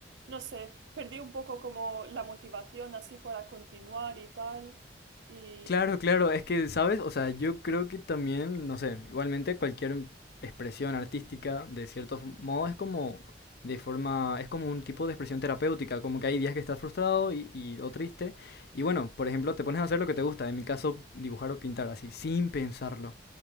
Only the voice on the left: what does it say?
Claro, claro, es que, ¿sabes? O sea, yo creo que también, no sé, igualmente cualquier expresión artística, de cierto f- modo, es como de forma, es como un tipo de expresión terapéutica, como que hay días que estás frustrado y, y- o triste, y bueno, por ejemplo, te pones a hacer lo que te gusta, en mi caso, dibujar o pintar así, sin pensarlo,